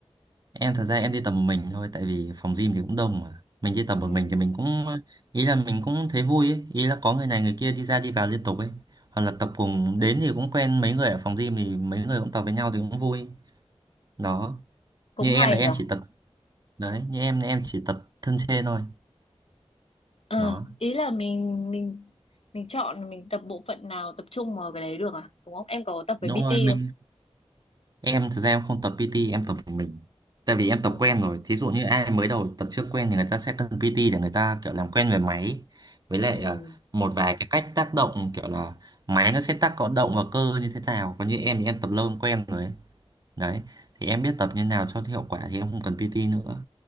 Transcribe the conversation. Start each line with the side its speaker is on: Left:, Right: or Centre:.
Right: Em thật ra em đi tập một mình thôi tại vì phòng gym thì cũng đông mà. Mình đi tập một
Left: ừ
Right: mình thì mình cũng ý là mình cũng thấy vui ấy, ý là có người này người kia đi ra đi vào liên tục ấy. Hoặc là tập cùng đến thì cũng quen mấy người ở phòng gym thì mấy người cũng tập với nhau thì cũng vui. Đó.
Left: cũng
Right: Như
Left: hay
Right: em là em
Left: nhở
Right: chỉ tập đấy, như em là em chỉ tập thân trên thôi.
Left: à
Right: Đó.
Left: ý là mình mình mình chọn mình tập bộ phận nào tập trung vào cái đấy được à đúng không em có tập với
Right: Đúng
Left: PT
Right: rồi, mình
Left: không
Right: Em thực ra em không tập PT, em tập một mình. Tại vì em tập
Left: Ừ.
Right: quen rồi. Thí dụ như ai mới đầu tập chưa quen thì người ta sẽ cần PT để người ta kiểu làm quen về máy. Với lại
Left: ừ
Right: à, một vài cái cách tác động kiểu là máy nó sẽ tác có động vào cơ như thế nào. Còn như em thì em tập lâu em quen rồi. ấy. Đấy. Thì em biết tập như nào cho hiệu quả thì em không cần PT nữa.